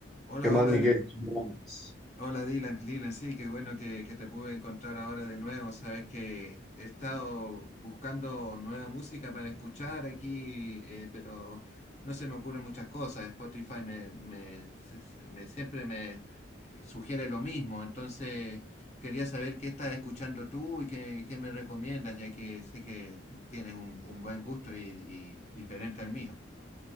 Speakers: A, on the left; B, in the centre.
A: Hola,
B: ¿Qué más,
A: hola,
B: Miguel?
A: D-
B: ¿Qué más?
A: hola Dylan, Dylan, sí, qué bueno que, que te pude encontrar ahora de nuevo. Sabes que he estado buscando nueva música para escuchar aquí, eh, pero no se me ocurren muchas cosas. Spotify me, me, se- se- me- siempre me eh, sugiere lo mismo. Entonces quería saber qué estás escuchando tú y qué, qué me recomiendas, ya que sé que tienes un, un buen gusto y y diferente al mío.